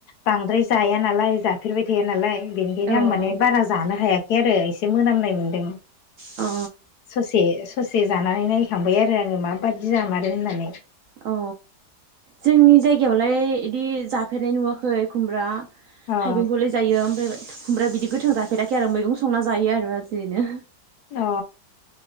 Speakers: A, on the left (about 70°); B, on the right (about 70°).
A: बांद्राय जाया नालाय जाफेरबाय थाया नालाय बेनिखायनो
B: औ
A: आं माने बारा जानो हायाखै आरो एसे मोनामनाय मोन दों
B: अ
A: ससे ससे जानानै नायैखांबाय आरो आङो माबादि जामारो होननानै
B: अ जोंनि जायगायावलाय इदि जाफेरनाय नुवाखै खुमब्रा
A: अ
B: थाइबेंखौलाय जायो ओमफ्राय खुमरा बिदि गोथां जाफेराखै आरो मैगं संना जायो आरो जियैनो
A: अ